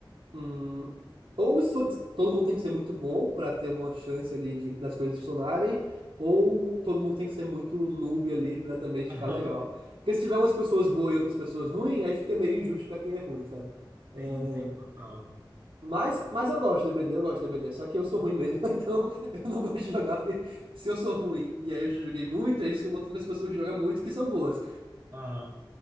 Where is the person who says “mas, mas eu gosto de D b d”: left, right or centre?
Right